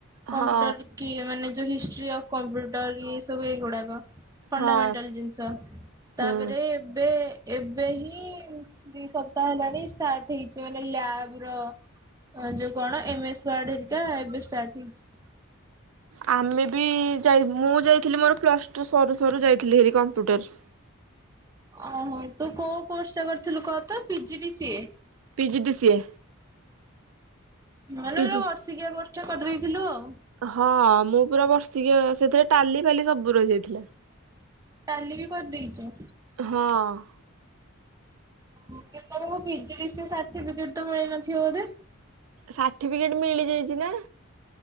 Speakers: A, on the right; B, on the right.
A: କମ୍ପ୍ୟୁଟର
B: ହଁ
A: କି ମାନେ ଯୋଉ ହିଷ୍ଟ୍ରି ଅଫ କମ୍ପୁଟର ଏଇ ସବୁ ଏଇଗୁଡାକ। ଫଣ୍ଡାମେଣ୍ଟାଲ
B: ହଁ
A: ଜିନିଷ
B: ହୁଁ।
A: ତାପରେ ଏବେ ଏବେ ହିଁ ଦି ସପ୍ତାହ ହେଲାଣି ଷ୍ଟାର୍ଟ ହେଇଚି ମାନେ ଲାବ ର ଯୋଉ କଣ ଏମ ଏସ ୱାର୍ଡ ହରିକା ଏବେ ଷ୍ଟାର୍ଟ ହେଇଚି।
B: ଆମେ ବି ଯାଇ ମୁଁ ଯାଇଥିଲି ମୋର ପ୍ଲସ ଟୁ ସରୁ ସରୁ ଯାଇଥିଲି ହେରି କମ୍ପ୍ୟୁଟର।
A: ଓ ହୋ ତୁ କୋଉ କୋର୍ସ ଟା କରିଥିଲୁ କହ ତ P G D C A?
B: P G D C A.
A: ମାନେ
B: ପି
A: ଗୋଟେ
B: ଜି
A: ବର୍ଷିକିଆ କୋର୍ସ ଟା କରିଦେଇଥିଲୁ ଆଉ।
B: ହଁ ମୁଁ ପୁରା ବର୍ଷ ଟିକେ ସେଥିରେ ଟାଲି ଫାଲି ସବୁ ରହିଯାଇଥିଲା।
A: ଟାଲି ବି କରିଦେଇଚୁ?
B: ହଁ।
A: କିନ୍ତୁ ତମକୁ P G D C A certificate ତ ମିଳି ନ ଥିବ ବୋଧେ?
B: ସାର୍ଟିଫିକେଟ ମିଳିଯାଇଚି ନା।